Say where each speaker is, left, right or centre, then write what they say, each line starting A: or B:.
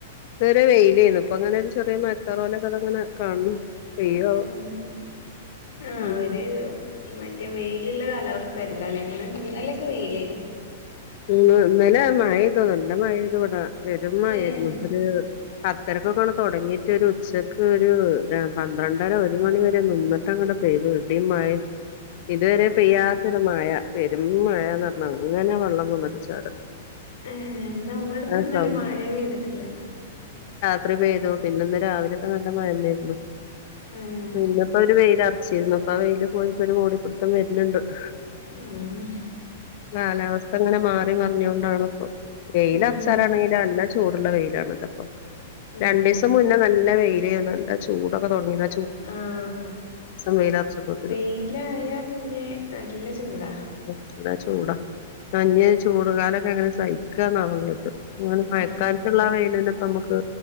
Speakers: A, on the left (about 40°); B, on the left (about 75°).
A: ചെറിയ വെയിലേന്നു ഇപ്പൊ ഇങ്ങനെ ഒരു ചെറിയ മഴക്കാറ് പോലൊക്കെ അതഅങ്ങനെ കാണുന്നു. പെയ്യോ
B: ഇഹ്
A: ആവോ
B: ഇം ആഹ്
A: ഉം
B: ഒര് മറ്റേ വെയി ലില്ല കാലാവസ്ഥ അല്ലാലേ ഇന്ന്. ഇന്നലേക്ക വെയിലേന്നു
A: മം ഇന്നല മഴ യ്തു നല്ല മഴാണ് ത് വടെ പെരും മയേരുന്നു
B: ഏഹ്
A: ഇപ്പൊര് പത്തരകൊക്കെണ്ട് തൊടങ്ങിട്ട് ഒരു ഉച്ചക്ക് ഒരു പന്ത്രണ്ടര ഒരു മണി വരെ നിന്നിട്ട് അങ്ങട് പെയ്ത് ഇടിം മഴിം ഇതുവരെ
B: ആഹ്
A: പെയ്യാത്തൊരുമഴ രും മഴാന്ന് പറഞ്ഞ അങ്ങനെ വെള്ളം വന്നിട്ട് ചാട
B: ഏഹ് നന്നാ വിട്ക്ക്ന്നലെ
A: ആ സൗണ്ട്
B: മഴ പെയ്തിട്ടില്ല
A: ത്രി പെയ്തു പിന്നെ ഇന്ന് രാവിലൊക്കെ നല്ല മഴന്നേരുന്നു
B: ഏഹ്
A: പിന്നപ്പോ ഒരു വെയിൽ അ ച്ചെരിന്നപ്പ ആ വെയില് പോയി ഇപ്പോ മൂടിപ്പിടുത്തം വര്ന് ണ്ട് <unintelligible>
B: ഉം
A: അതങ്ങനെ മാറി മറഞ്ഞുകൊണ്ടാണ് ഇപ്പൊ വെയ്ല്ലറച്ചാലങ്ങെങ്കിൽ
B: ഉം
A: നല്ല ചൂടുള്ള വെയിലാണല്ലപ്പം
B: ഉം
A: രണ്ടീസം മുന്നേ നല്ല വെയില് നല്ല ചൂടൊക്കെ തുടങ്ങിണ്
B: ആഹ
A: വെയിലറച്ചപ്പോത്തിന്
B: വെയിലായ പിന്നെ നല്ല ചൂടാ
A: ഇവട ചൂടാ അഹ് ഇഞ്ഞി ചൂട് കാലൊക്കെ എങ്ങനെ സഹിക്കാന്നാ <unintelligible> അങ്ങനെ
B: ഉം
A: മഴക്കാലത്തിള്ള ആ വെയിലിന് നമുക്ക്